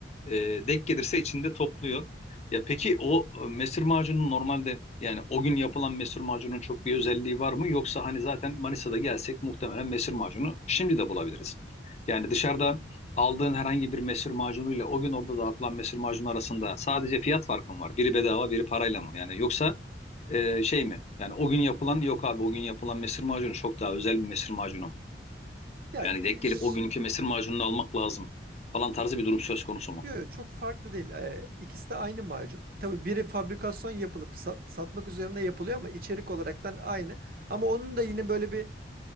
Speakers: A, on the left (about 35°); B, on the right (about 50°).
A: E, denk gelirse içinde topluyor. Ya peki o e, mesir macunu normalde yani o gün yapılan mesir macunun çok bir özelliği var mı? Yoksa hani zaten Manisa'da gelsek muhtemelen mesir macunu şimdi de bulabiliriz. Yani dışarıda aldığın herhangi bir mesir macunuyla o gün orada dağıtılan mesir macunu arasında sadece fiyat farkı mı var? Biri bedava, biri parayla mı? Yani yoksa e, şey mi? Yani o gün yapılan yok abi o gün yapılan mesir macunu çok daha özel bir mesir macunu.
B: Ya
A: Yani
B: e,
A: denk gelip
B: ş-
A: o günkü mesir macununu almak lazım falan tarzı bir durum söz konusu mu?
B: Yok çok farklı değil. Ee, ikisi de aynı macun. Tabii biri fabrikasyon yapılıp sat- satmak üzerine yapılıyor ama içerik olaraktan aynı. Ama onun da yine böyle bir